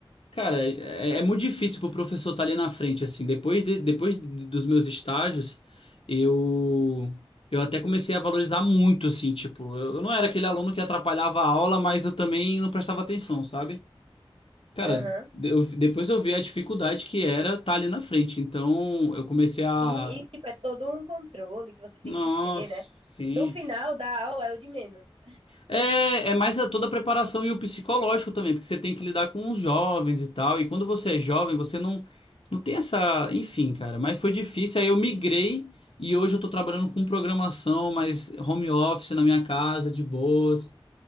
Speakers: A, on the left; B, on the right.
A: Cara, é, é muito difícil pro professor estar ali na frente, assim. Depois, de- depois dos meus estágios, eu, eu até comecei a valorizar muito, assim, tipo, eu, eu não era aquele aluno que atrapalhava a aula, mas eu também não prestava atenção, sabe? Cara,
B: Aham.
A: de- eu- depois eu vi a dificuldade que era estar ali na frente. Então, eu comecei
B: Sim,
A: a.
B: e tipo, é todo um controle que você tem
A: Nossa,
B: que ter, né?
A: sim.
B: No final da aula é o de menos.
A: É, é mais a- toda a preparação e o psicológico também, porque você tem que lidar com os jovens e tal. E quando você é jovem, você não, não tem essa. Enfim, cara, mas foi difícil. Aí eu migrei e hoje eu tô trabalhando com programação, mas home office na minha casa, de boas.